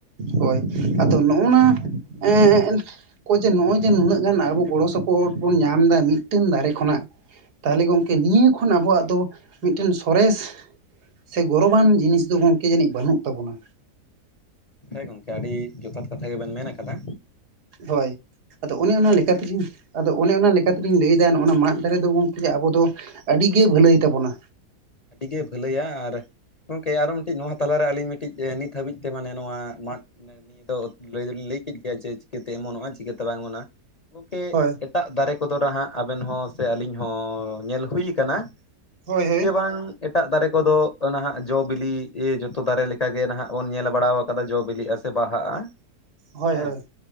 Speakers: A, on the right (about 85°); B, on the left (about 40°).
A: ᱦᱳᱭ, ᱟᱫᱚ ᱱᱚᱜᱼ ᱱᱟ ᱮᱸ ᱠᱚ ᱡᱮ ᱱᱚᱜᱼᱚᱭ ᱡᱮ ᱱᱩᱱᱟᱹᱜ ᱜᱟᱱ ᱟᱵᱚ, ᱜᱚᱲᱚ ᱥᱚᱯᱚᱦᱚᱫ ᱵᱚᱱ ᱧᱟᱢ ᱫᱟ, ᱢᱤᱫᱴᱟᱝ ᱫᱟᱨᱮ ᱠᱷᱚᱱᱟᱜ ᱛᱟᱦᱚᱞᱮ ᱜᱚᱢᱠᱮ ᱱᱤᱭᱟᱹ ᱠᱷᱚᱱ, ᱟᱵᱚᱣᱟᱜ ᱫᱚ ᱢᱤᱫᱴᱮᱱ ᱥᱚᱨᱮᱥ ᱥᱮ ᱜᱚᱨᱚᱵᱟᱱ ᱡᱤᱱᱤᱥ ᱫᱚ, ᱜᱚᱝᱠᱮ ᱡᱟᱹᱱᱤᱡ ᱵᱟᱹᱱᱩᱜ ᱛᱟᱵᱚᱱᱟ?
B: ᱦᱮᱸ ᱜᱚᱢᱠᱮ, ᱟᱹᱰᱤ ᱡᱚᱛᱷᱟᱛ ᱠᱟᱛᱷᱟ ᱜᱮᱵᱮᱱ ᱢᱮᱱ ᱠᱟᱫᱟ᱾
A: ᱦᱳᱭ, ᱟᱫᱚ ᱚᱱᱮ ᱚᱱᱟ ᱞᱮᱠᱟ ᱞᱮᱠᱟᱛᱮᱜᱧ, ᱟᱫᱚ ᱚᱱᱮ ᱚᱱᱟ ᱞᱮᱠᱟ ᱛᱮᱞᱤᱧ ᱞᱟᱹᱭᱫᱟ, ᱱᱚᱜ-ᱱᱟ ᱢᱟᱫ ᱫᱟᱨᱮ ᱫᱚ ᱜᱚᱝᱠᱮ ᱟᱵᱚ ᱫᱚ, ᱟᱹᱰᱤᱜᱮ ᱵᱷᱟᱹᱞᱟᱹᱭ ᱛᱟᱵᱚᱱᱟ᱾
B: ᱟᱹᱰᱤᱜᱮ ᱵᱷᱟᱹᱞᱟᱹᱭᱟ, ᱟᱨ ᱜᱚᱢᱠᱮ ᱟᱨᱚ ᱢᱤᱫᱴᱤᱡ ᱱᱚᱶᱟ ᱛᱟᱞᱟᱨᱮ, ᱟᱹᱞᱤᱧ ᱢᱤᱫᱴᱤᱡ ᱮ ᱱᱤᱛ ᱱᱤᱛ ᱫᱷᱟᱹᱵᱤᱡ ᱛᱮ ᱢᱟᱱᱮ ᱱᱚᱶᱟ, ᱢᱟᱫ ᱱᱤᱭᱟᱹ ᱫᱚ ᱞᱟᱹᱭ ᱫᱚᱞᱤᱧ ᱞᱟᱹᱭ ᱠᱮᱫ ᱜᱮᱭᱟ, ᱡᱮ ᱪᱤᱠᱟᱹᱛᱮ ᱮᱢᱚᱱᱚᱜᱼᱟ, ᱪᱤᱠᱟᱹᱛᱮ ᱵᱟᱝ ᱮᱢᱚᱱᱚᱜᱼᱟ, ᱜᱚᱝᱠᱮ
A: ᱦᱳᱭ
B: ᱮᱴᱟᱜ ᱫᱟᱨᱮ ᱠᱚᱫᱚ ᱱᱦᱟᱜ ᱟᱵᱮᱱ ᱦᱚᱸ, ᱥᱮ ᱟᱹᱞᱤᱧ ᱦᱚᱸ ᱧᱮᱞ ᱦᱩᱭ ᱠᱟᱱᱟ,
A: ᱦᱳᱭ
B: ᱡᱮ ᱵᱟᱝ ᱮᱴᱟᱜ ᱫᱟᱨᱮ ᱠᱚᱫᱚ ᱱᱟᱦᱟᱜ ᱡᱚ ᱵᱤᱞᱤ, ᱡᱚᱛᱚ ᱫᱟᱨᱮ ᱞᱮᱠᱟᱜᱮ ᱱᱟᱦᱟᱜ ᱵᱚᱱ, ᱧᱮᱞ ᱵᱟᱲᱟᱣ ᱟᱠᱟ ᱠᱟᱫᱟ ᱡᱚ ᱵᱤᱞᱤᱜ-ᱟ, ᱥᱮ ᱵᱟᱦᱟᱜᱼᱟ
A: ᱦᱳᱭ
B: ᱦᱮᱸ᱾
A: ᱦᱳᱭ